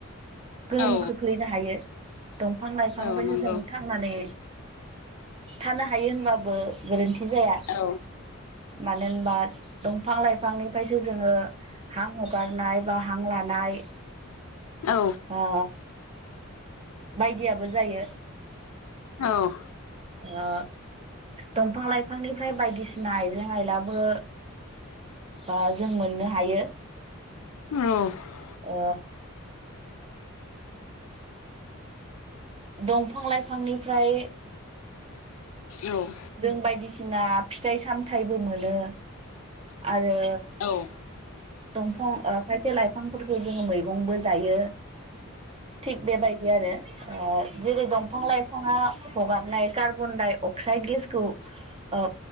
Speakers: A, on the right; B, on the left.
A: गोहोम
B: औ
A: खोख्लैनो हायो। दंफां-लाइफांनिफ्रायसो
B: औ नंगौ
A: जों थांनानै थानो हायो होनबाबो गोरोन्थि जाया।
B: औ
A: मानो होनबा दंफां लाइफांनिफायसो जोङो हां हगारनाय बा हां लानाय
B: औ
A: ओ बायदियाबो जायो।
B: औ
A: ओ दंफां लाइफांनिफ्राय बायदिसिना आइजें आइलाबो ओ जों मोननो हायो।
B: औ
A: ओ दंफां-लाइफांनिफ्राय
B: औ
A: जों बायदिसिना फिथाइ सामथाइबो मोनो आरो
B: औ
A: दंफं ओ खायसे लाइफांफोरखो जोङो मैगंबो जायो। थिग बेबायदि आरो ओ जेरै दंफां लाइ फांआ हगारनाय कार्बन दाइ अक्साइ गेखौ ओ